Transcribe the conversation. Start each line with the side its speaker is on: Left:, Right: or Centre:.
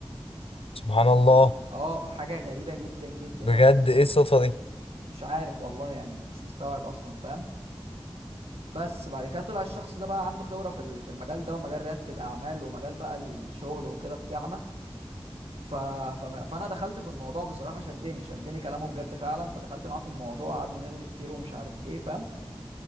Left: سبحان
Right: فقلت
Left: الله
Right: اه حاجه غريبه جدا جدا
Left: بجد
Right: يعني
Left: ايه الصدفه دي
Right: مش عارف والله يعني مش مستوعب اصلا فاهم بس بعد كده طلع الشخص ده بقى عنده خبره في ال- في المجال ده ومجال رياده الاعمال ومجال بقى الشغل وكده بتاعنا ف... ف... فانا دخلت في الموضوع بصراحه شدني شدني كلامه بجد فعلا فدخلت معاه في الموضوع قعدنا نلغي كتير ومش عارف ايه فاهم